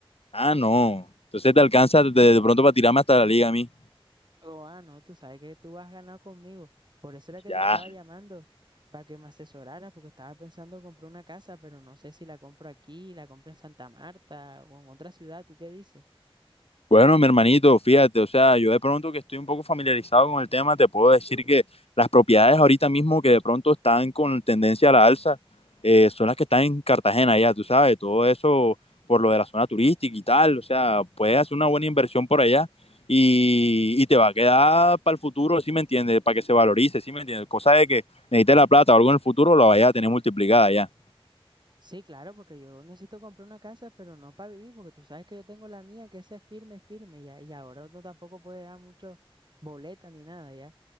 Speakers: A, on the left; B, on the right.
A: Ah, no. Entonces te alcanza de, de pronto para tirarme hasta la liga a mí.
B: Oh, ah, no, tú sabes que tú has ganado conmigo. Por eso era que
A: Ya.
B: te estaba llamando, para que me asesorara, porque estaba pensando comprar una casa, pero no sé si la compro aquí, la compro en Santa Marta o en otra ciudad. ¿Tú qué dices?
A: Bueno, mi hermanito, fíjate, o sea, yo de pronto que estoy un poco familiarizado con el tema, te puedo decir que las propiedades ahorita mismo que de pronto están con tendencia a la alza, eh, son las que están en Cartagena ya, tú sabes, todo eso por lo de la zona turística y tal, o sea, puedes hacer una buena inversión por allá y, y te va a quedar para el futuro, ¿sí me entiendes? Para que se valorice, ¿sí me entiendes? Cosa de que necesites la plata o algo en el futuro, la vayas a tener multiplicada ya.
B: Sí, claro, porque yo necesito comprar una casa, pero no para vivir, porque tú sabes que yo tengo la mía, que esa es firme, firme, y, a- y ahora uno tampoco puede dar mucho boleta ni nada, ¿ya?